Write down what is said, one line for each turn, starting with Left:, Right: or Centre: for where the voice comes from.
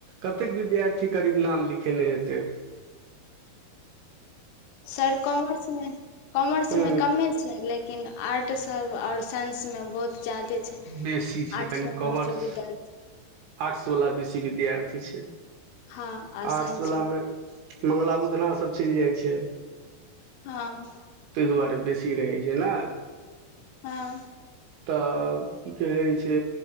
Right: कतेक विद्यार्थी करीब नाम लिख खेने हेतय
Left: सर कॉमर्समे कॉमर्स
Right: हूँ
Left: मे कमे छै लेकिन आर्ट्स आर्ट सब आओर साइंस मे बहुत जादे छै
Right: बेसी छै
Left: आर्ट्स
Right: कनि
Left: मे हमर
Right: कॉमर्स
Left: सब विद्यार्थी
Right: आर्ट्स वाला बेसी विद्यार्थी छै
Left: हँ आ
Right: आर्ट्स
Left: साइंस
Right: वला
Left: वाला
Right: मे मङ्गला बुघना सभ चलि जाइ छै
Left: हँ
Right: ताहि दुआरे बेसी रहै छै ने
Left: हँ
Right: तऽ की कहै छै